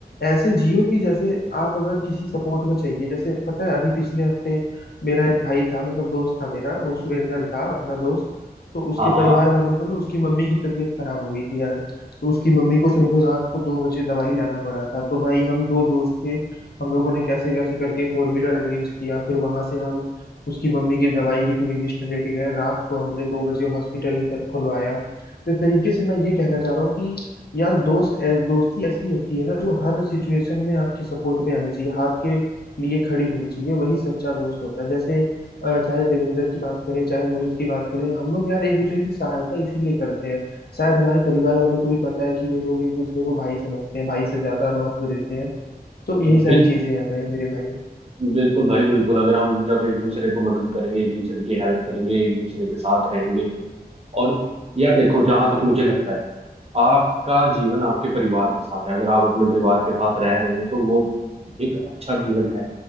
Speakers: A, on the left; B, on the right.
A: ऐसे जियो कि जैसे आप अगर किसी सपोर्ट में चाहिए जैसे पता है अभी पिछले हफ्ते मेरा एक भाई था मतलब दोस्त था मेरा वो सुरेंद्र था अपना दोस्त तो उसके
B: हाँ
A: परिवार
B: हाँ
A: वालों को ना उसकी मम्मी की तबीयत खराब हो गई थी यार तो उसकी मम्मी को समझो रात को दो बजे दवाई लाना पड़ा था तो भाई हम दो दोस्त थे हम लोगों ने कैसे कैसे करके फोर व्हीलर अरेंज किया फिर वहां से हम उसकी मम्मी की दवाई की पूरी लिस्ट लेके गए रात को हमने दो बजे हॉस्पिटल खुलवाया तो एक तरीके से मैं ये कहना चाह रहा हूँ कि यार दोस्त ऐ- दोस्ती ऐसी होती है ना जो हर सिचुएशन में आपके सपोर्ट में आनी चाहिए आपके लिए खड़ी होनी चाहिए वही सच्चा दोस्त होता है जैसे अ, चाहे देवेंद्र की बात करें चाहे मोहित की बात करें हम लोग यार एक दूसरे की सहायता इसीलिए करते हैं शायद हमारे परिवार वालों को भी पता है कि ये लोग एक दूसरे को भाई समझते हैं भाई से ज्यादा महत्व देते हैं तो यही
B: बिल
A: सारी चीजें हैं भाई मेरे भाई
B: बिल्कुल भाई बिल्कुल अगर हम जब एक दूसरे को मदद करेंगे एक दूसरे की हेल्प करेंगे एक दूसरे के साथ रहेंगे और यार देखो जहां तक मुझे लगता है आपका जीवन आपके परिवार के साथ है अगर आप अपने परिवार के साथ रह रहे हो तो वो एक अच्छा जीवन है